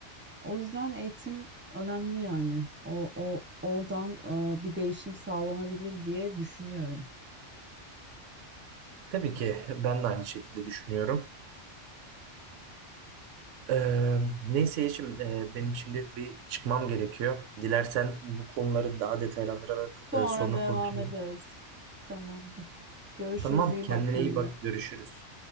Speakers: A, on the right; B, on the right.
A: O yüzden eğitim önemli yani. O, o oradan e, bir değişim sağlanabilir diye düşünüyorum.
B: Tabii ki ben de aynı şekilde düşünüyorum. Ee, neyse Yeşim, e, benim şimdi bir çıkmam gerekiyor. Dilersen bu konuları daha detaylandırarak
A: Sonra
B: e, sonra
A: devam
B: konuşalım.
A: ederiz. Tamamdır. Görüşürüz.
B: Tamam,
A: iyi
B: kendine
A: bak kendine.
B: iyi bak, görüşürüz.